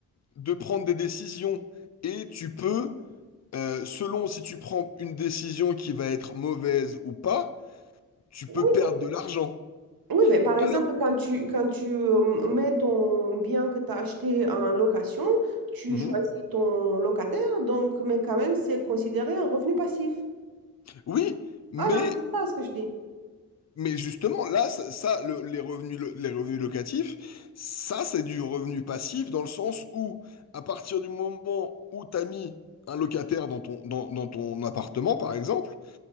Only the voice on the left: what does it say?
de prendre des décisions. Et tu peux, euh, selon si tu prends une décision qui va être mauvaise ou pas, tu
peux perdre de l'argent.
Alors,
Mhm.
Oui, mais
Mais justement, là, ça, ça, le- les revenus, lo- les revenus locatifs, ça, c'est du revenu passif dans le sens où, à partir du moment où tu as mis un locataire dans ton, dans, dans ton appartement, par exemple,